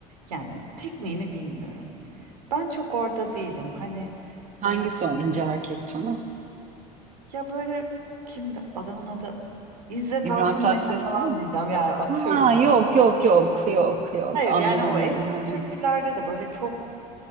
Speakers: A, on the right; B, on the right.
A: yani tekniğini bilmiyorum. Ben çok orada değilim hani
B: Hangisi
A: e,
B: o ince erkek tonu?
A: ya böyle kimdi adamın adı İzzet
B: İbrahim
A: Altınmeşe
B: Tatlıses
A: falan
B: o mu?
A: diyeceğim ya atıyorum
B: Ha yok
A: ya.
B: yok yok yok yok
A: Hayır
B: anladım
A: yani o eski
B: beni. Ha.
A: türkülerde de böyle çok